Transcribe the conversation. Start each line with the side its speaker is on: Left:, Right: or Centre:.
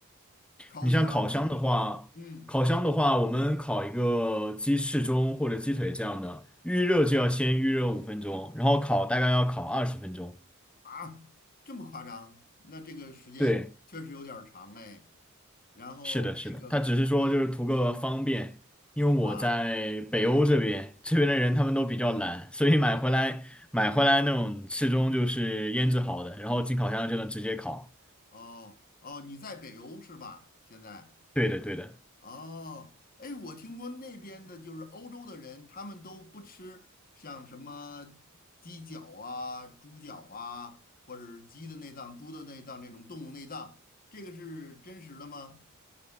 Left: 烤箱，
Centre: 你像烤箱的话，
Left: 嗯
Centre: 烤箱的话，我们烤一个鸡翅中或者鸡腿这样的，预热就要先预热五分钟，然后烤大概要烤二十分钟。
Left: 啊，这么夸张？那这个时间确实有点儿长哎。
Centre: 对，
Left: 然后这个
Centre: 是的，是的，他只是说就是图个方便，因为我在北欧这边，
Left: 是吧？
Centre: 这边的人他们都比较懒，所以买回来买回来那种翅中就是腌制好的，然后进烤箱就能直接烤。
Left: 哦哦，你在北欧是吧？现在。
Centre: 对的，对的。
Left: 哦，哎，我听说那边的就是欧洲的人，他们都不吃像什么鸡脚啊、猪脚啊，或者是鸡的内脏、猪的内脏这种动物内脏，这个是真实的吗？